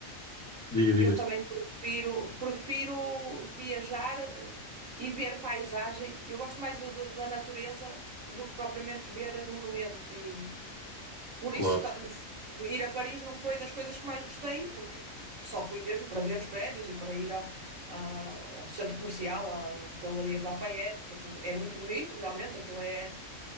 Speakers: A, on the left (about 20°); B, on the right (about 70°).
A: Diga, diga.
B: eu também prefiro, prefiro viajar eh, e ver paisagem. Eu gosto mais do- do- da natureza do que propriamente ver eh, monumentos e Por
A: Claro,
B: isso, ta- ir a Paris não foi das coisas que mais gostei, porque só fui mesmo para ver os prédios e para ir a- a- ao centro comercial, às galerias Lafayette, que é tudo, é muito bonito, realmente, aquilo é,